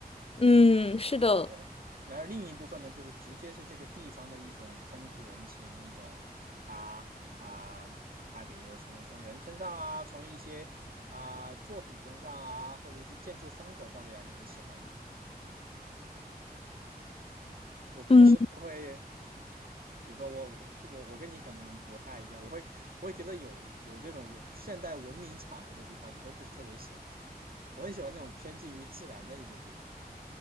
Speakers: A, on the left; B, on the right.
A: 嗯，是的，
B: 对，然而另一部分呢，就是直接是这个地方的一种风土人情，一种他啊，他比如说从从人身上啊，从一些啊作品身上啊，或者一些建筑风格上面啊，你会喜欢它。我平时就会，
A: 嗯。
B: 比如说我我我我跟你可能不太一样，我会我会觉得有有这种文现代文明产物的地方，我都不是特别喜欢。我很喜欢那种偏近于自然的一些地方。